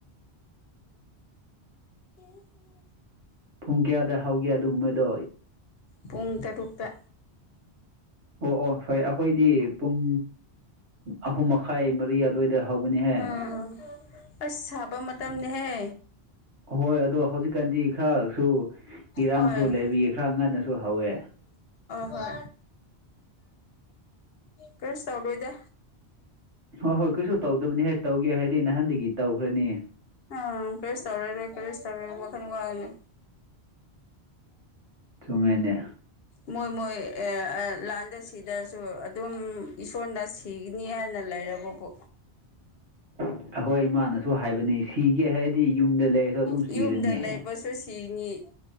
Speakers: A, on the left; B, on the right.
A: ꯏꯔ ꯇ
B: ꯄꯨꯡ ꯀꯌꯥꯗ ꯍꯥꯎꯒꯦ ꯑꯗꯨꯒꯨꯝ ꯃꯣꯏꯗꯣ
A: ꯄꯨꯡ ꯇꯔꯨꯛꯇ
B: ꯑꯣ ꯑꯣ ꯐꯣꯏ ꯑꯩꯈꯣꯏꯗꯤ ꯄꯨꯡ ꯑꯍꯨꯝ ꯃꯈꯥꯏ ꯃꯔꯤ ꯑꯗꯨꯋꯥꯏꯗ ꯍꯧꯕꯅꯤꯍꯦ
A: ꯎꯝ ꯑꯁ ꯁꯥꯕ ꯃꯇꯝꯅꯦꯍꯦ
B: ꯍꯣꯏ ꯑꯗꯣ ꯍꯧꯖꯤꯛꯀꯥꯟꯗꯤ ꯈꯔꯁꯨ ꯏꯔꯥꯡꯁꯨ
A: ꯍꯣꯏ
B: ꯂꯩꯕꯤꯌꯦ ꯈꯔ ꯉꯟꯅꯁꯨ ꯍꯧꯋꯦ
A: ꯇ ꯀꯁ ꯇꯂꯣꯗ
B: ꯍꯣꯏ ꯍꯣꯏ ꯀꯩꯁꯨ ꯇꯧꯗꯕꯅꯤ ꯍꯥꯏ ꯇꯧꯒꯦ ꯍꯥꯏꯗꯤ ꯅꯍꯥꯟꯗꯒꯤ ꯇꯧꯈ꯭ꯔꯅꯤ
A: ꯑ ꯀꯔꯤꯁ ꯇꯧꯔꯦꯔꯦ ꯀꯔꯤꯁ ꯇꯧꯔꯦ ꯋꯥꯈꯜ ꯋꯥꯅꯤ
B: ꯆꯨꯝꯃꯦꯅꯦ
A: ꯃꯣꯏ ꯃꯣꯏ ꯂꯥꯟꯗ ꯁꯤꯗ꯭ꯔꯁꯨ ꯑꯗꯨꯝ ꯏꯁꯣꯔꯅ ꯁꯤꯒꯅꯤ ꯍꯥꯏꯅ ꯂꯩꯔꯕꯕꯨ
B: ꯑꯩꯈꯣꯏ ꯏꯃꯥꯅꯁꯨ ꯍꯥꯏꯕꯅꯤ ꯁꯤꯒꯦ ꯍꯥꯏꯗꯤ ꯌꯨꯝꯗ ꯂꯩꯔꯁꯨ ꯑꯗꯨꯝ
A: ꯌꯨꯝꯗ
B: ꯁꯤꯔꯅꯤ
A: ꯂꯩꯕꯁꯨ
B: ꯍꯥꯏꯌꯦ
A: ꯁꯤꯅꯤ